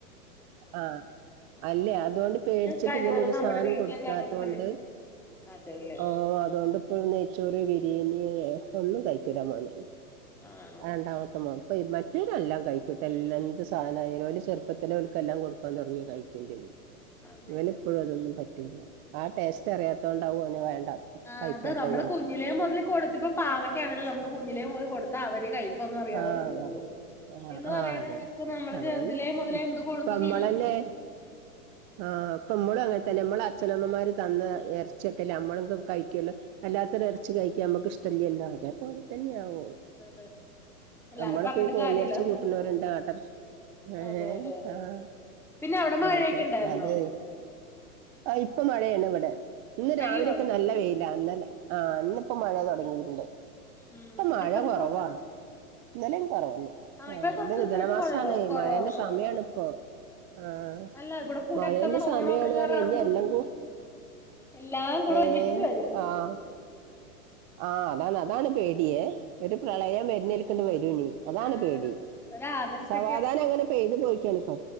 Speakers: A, on the right; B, in the centre.
A: ആഹ് അല്ലെ അതുകൊണ്ട് പേടിച്ചിട്ട്
B: കഴിവതും
A: ഇവനൊരു
B: നമ്മുടെ
A: സാധനം
B: വീട്ടിലുണ്ടാക്കണതൊക്കെ
A: കൊടുക്കാതോണ്ട്
B: തന്നെ അതെല്ലേ
A: ആഹ് അതുകൊണ്ട് ഇപ്പോ നെയ്ച്ചോറ് ബിരിയാണി ഒന്നും കഴിക്കൂല മോന്
B: ആണോ
A: രണ്ടാമത്തെ മോൻ അപ്പ മറ്റോരൊല്ലാം കഴിക്കുട്ട എല്ലാ എന്ത് സാനായാലും ഓല് ചെറുപ്പത്തിലെ ഓല്ക്ക്ല്ലാം കൊടുക്കാൻ തുടങ്ങി കഴിക്കും ചെയ്യും
B: അതെല്ലേ
A: ഇവൻ ഇപ്പോഴും അതൊന്നും പറ്റൂല്ല ആഹ് ടേസ്റ്റ് അറിയാത്തോണ്ടാവും അവന് വേണ്ട
B: ആ
A: കഴിക്കാത്തത്
B: അതാ നമ്മള്
A: ചെലപ്പോ
B: കുഞ്ഞിലേ മുതല് കൊടുത്തിപ്പൊ പാവക്കാണേലും നമ്മള് കുഞ്ഞിലേ മുതൽ കൊടുത്ത അവര് കഴിക്കും ഇപ്പൊന്നും അറിയാവത്
A: ആഹ്
B: ഇല്ലാലോ
A: ആഹ്
B: എന്ന് പറയണ
A: ആഹ് അതെ
B: ഇടക്ക് നമ്മള്
A: അതാണ്
B: ചെറുതിലെ മുതലേ
A: ഇപ്പ
B: എന്ത് കൊടുത്തു
A: നമ്മളന്നെ
B: ശീലിപ്പിക്കണം
A: ആഹ് ഇപ്പ മ്മളും അങ്ങനെ തന്നെ മ്മള് അച്ഛനമ്മമാര് തന്ന ഇറച്ചിയൊക്കെല്ലെ നമ്മള്ത് കഴിക്കുല്ലോ അല്ലാത്തൊര് ഇറച്ചി കഴിക്കാ നമക്ക് ഇഷ്ടല്ല്യല്ലോ അതേപോലെ തന്നെ ആവും
B: അതെ പിള്ളാരെ
A: നമ്മളിപ്പ
B: പറഞ്ഞിട്ട്
A: ഈ കോഴിറച്ചി
B: കാര്യല്ല
A: കൂട്ടുന്നോരുണ്ട് ആട്ടറചി ഏഹ്
B: അതെ അതെ അതെ
A: ആഹ്
B: പിന്നെ അവിടെ മഴയൊക്കെ
A: അതെ
B: ഉണ്ടായിരുന്നോ
A: അതെ ആഹ് ഇപ്പൊ മഴയാണ് ഇവിടെ ഇന്ന്
B: പെയ്യുവാണോ
A: രാവിലെയൊക്കെ നല്ല വെയില ഇന്നലെ ആഹ് ഇന്നിപ്പോ മഴ തുടങ്ങിയിട്ടുണ്ട്
B: ഉം
A: ഇപ്പൊ
B: ഇവിടെ
A: മഴ
B: ഇപ്പ ദേ
A: കുറവാ ഇന്നലെയും കുറവന്നെ
B: ആ ഇപ്പൊ കുറച്ച്
A: ഇത്
B: ദിവസമായിട്ട്
A: ധനമാസാണ്
B: കൊറവ കൊറവാണ്
A: മഴേന്റെ സമയാണ്
B: മഴ
A: ഇപ്പോ ആഹ്
B: അല്ല ഇവിടെ കൂടെ
A: മഴേന്റെ
B: എടുത്തമ്മ
A: സമയാണ്
B: ഓണോക്കെ <unintelligible>
A: പറയാ ഇനി എല്ലാം കൂ
B: എല്ലാം കൂടെ
A: ഏഹ്
B: ഒരുമിച്ച് വെരും
A: ആഹ് ആഹ് അതാണ് അതാണ് പേടിയെ ഒരു പ്രളയം വരുന്നേൽക്ക് വരൂള്ളു അതാണ്
B: ആ
A: പേടി
B: ഒരു ആഗസ്റ്റ്
A: സമാധാനം അങ്ങനെ പെയ്തു പോയിക്കാണ് ഇപ്പൊ